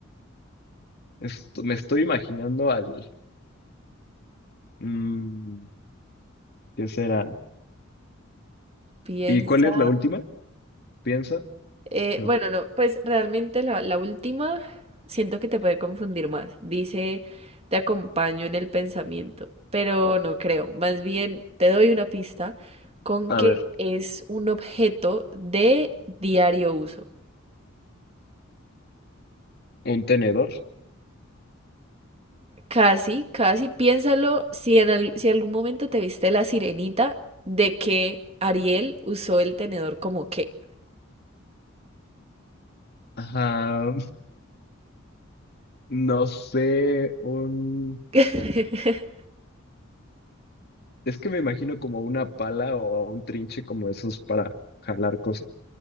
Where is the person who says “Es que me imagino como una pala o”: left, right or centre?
Left